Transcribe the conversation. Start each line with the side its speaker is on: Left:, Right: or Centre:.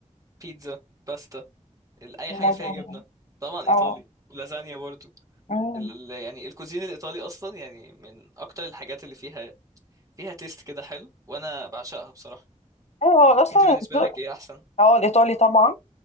Right: بيتزا باستا ال- اي
Left: اللازانيا
Right: حاجه فيها جبنه طبعا ايطالي
Left: اه
Right: ولازانيا برضو
Left: مم.
Right: ال ال- يعني الكوزين الايطالي اصلا يعني من اكتر الحاجات اللي فيها فيها تيست كده حلو وانا بعشقها بصراحه
Left: ايوه اصلا
Right: انت بالنسبه
Left: الذوق
Right: لك ايه احسن
Left: اه الايطالي طبعا